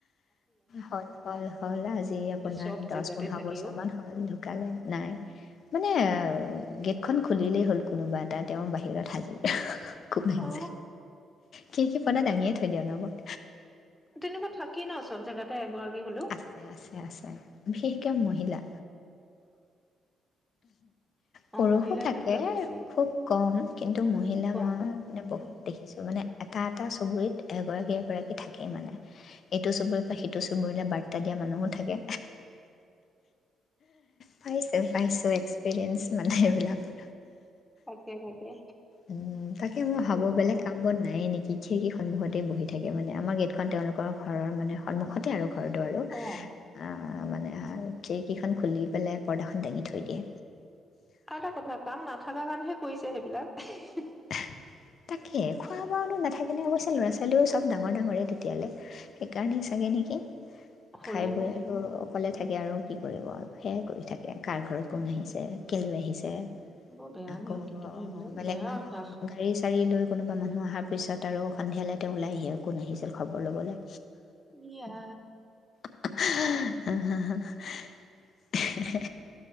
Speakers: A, on the left; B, in the centre.
A: হল হল হ'ল আজি আপোনাৰ
B: চব
A: দহ
B: জেগাতে
A: পোন্ধৰ
B: থাকি
A: বছৰ
B: অ
A: মান হ'ল ঢুকালে নাই মানে এ গেটখনন খুলিলেই হ'ল কোনোবা এটা তেওঁৰ বাহিৰত হাজি খুব নছে
B: অ
A: কি কি পনা দাঙিয়ে থৈ দিিয়ওঁ লগত
B: তেনেকুৱা থাকেই ন চব জেগাতে এগৰাকী হলেও
A: আছে আছে আছে বিশেষকে মহিলা পুৰুষো
B: অ মহিলাৰ
A: থাকে
B: ক্ষেত্ৰত বেছি
A: খুব কম কিন্তু মহিলা
B: খুব কম
A: মই
B: কম
A: মানে বহুত
B: উম
A: দেখিছো মানে এটা এটা চুবুৰীত এগৰাকী এগৰাকী থাকেই মানে এইটো চবৰে ত সিটো চুৰৰিলে বাৰ্তা দিয়া মানুহো থাকে পাইছো পাইছো এক্সপিৰিয়েঞ্চ মানে
B: উম,
A: এইবিলাকৰ
B: থাকে থাকে
A: উম তাকে মই
B: কি
A: ভাবোঁ
B: যে হ'ব
A: বেলেগ কামবোৰ নায়ে নেকি খিৰিকী সন্মুখতেই বহি থাকে মানে, আমাৰ গেটখন তেওঁলোকৰ ঘৰৰ মানে- সন্মুখতে আৰু। ঘটো আৰু, স
B: অ
A: আ আ মানে আ, খিৰিকীখন খুলি পেলাই, পৰ্দাখন দাঙি থৈ দিয়ে।
B: আৰু এটা কথা, কাম নাথাকা কাৰণেহে কৰিছে সেইবিলাক। এ হি-
A: এহ। তাকে। খোৱা বোৱানো নাথা- এনে অৱশ্যে ল'ৰা-ছোৱালীও চব ডাঙৰ ডাঙৰেই তেতিয়ালৈ, সেইকাৰণে চাগে নেকি।
B: হ'লেও
A: খাই বৈ আৰু- অকলে থাকে আৰু কি কৰিব, সেয়াই কৰি থাকে। কাৰ ঘৰত কোন আহিছে, কেলৈ আহিছে।
B: বৰ বেয়া
A: আকৌ
B: নিয়ম কিন্তু দেই এইবিলাক,
A: বেলেগ
B: বেয়া
A: মানুহৰ
B: অভ্যাস।
A: গাড়ী চাৰি লৈ কোনোবা অহাৰ পিছত আৰু সন্ধিয়ালে তেওঁ ওলাই আহি কোন আহিছিল খবৰ ল'বলৈ।
B: ইয়া
A: হ'হ এহ হে